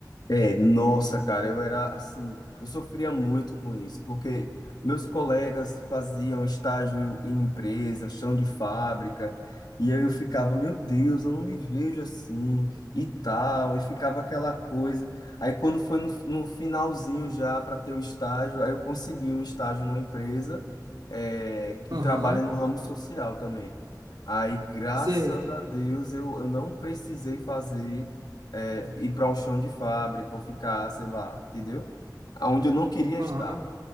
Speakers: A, on the left; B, on the right.
A: É, nossa, cara, eu era assim, eu sofria muito com isso, porque meus colegas faziam estágio em empresa, chão de fábrica, e aí eu ficava, meu Deus, eu não me vejo assim, e tal, e ficava aquela coisa. Aí quando foi no, no finalzinho já para ter o estágio, aí eu consegui um estágio numa empresa, é, que
B: Aham,
A: trabalha no ramo social também. Aí, graças
B: sei.
A: a Deus, eu, eu não precisei fazer é, ir para um chão de fábrica ou ficar, sei lá, entendeu? Aonde eu não queria
B: Aham.
A: estar.